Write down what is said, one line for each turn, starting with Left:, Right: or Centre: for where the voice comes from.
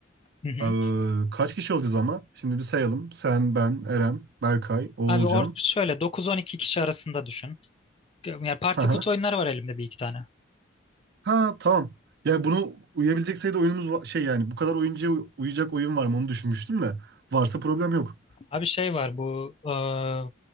Left: Hı hı.
Right: Ee, kaç kişi olacağız ama? Şimdi bir sayalım. Sen, ben, Eren, Berkay, Oğulcan.
Left: Abi or şöyle 9-12 kişi arasında düşün. Yani parti
Right: Ha
Left: kutu
Right: ha.
Left: oyunları var elimde bir iki tane.
Right: Ha tamam. Yani bunu uyabilecek sayıda oyunumuz va- şey yani bu kadar oyuncuya uy- uyacak oyun var mı onu düşünmüştüm de varsa problem yok.
Left: Abi şey var bu aa,